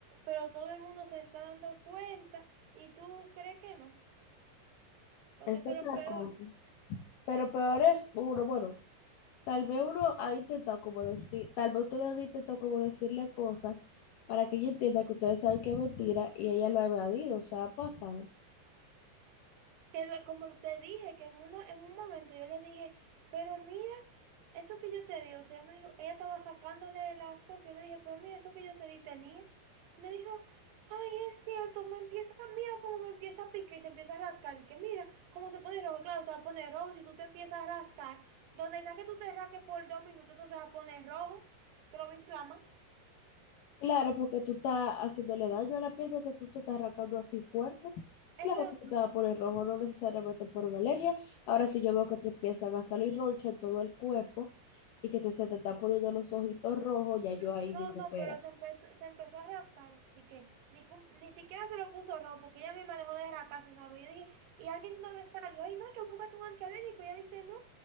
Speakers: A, on the right; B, on the left.
A: pero todo el mundo se está dando cuenta y tú crees que no. Porque
B: Es
A: eso
B: otra
A: es lo peor.
B: cosa. Pero peor es, uno, bueno, Tal vez uno ahí intentado como decir, tal vez ustedes han intentado como decirle cosas para que ella entienda que ustedes saben que es mentira y ella lo ha evadido, o sea, ha pasado.
A: Que lo- como te dije, que en, uno, en un momento yo le dije, pero mira, eso que yo te di, o sea, ella me dijo, ella estaba sacándole las cosas, yo le dije, pero mira, eso que yo te di tenía. Y me dijo, ay, es cierto, me empieza, mira cómo me empieza a picar y se empieza a rascar. Y que mira cómo se pone rojo, claro, se va a poner rojo, si tú te empiezas a rascar, donde sea que tú te rasques por dos minutos, eso se va a poner rojo, te lo va a inflamar.
B: Claro, porque tú estás haciéndole daño a la piel mientras tú te estás arrancando así fuerte.
A: Eso,
B: Claro que tú te vas a poner rojo, no necesariamente por una alergia. Ahora sí yo veo que te empiezan a salir roncha en todo el cuerpo y que te, se te está poniendo los ojitos rojos, ya yo ahí
A: No,
B: digo,
A: no,
B: espera.
A: pero se empezó, se empezó a rascar, así que ni, cum- ni siquiera se lo puso rojo, porque ella misma dejó de rascarse una vez. Yo dije, y alguien de una vez salió, ay, no, hay que buscarte un antialérgico. Y ella dice, no,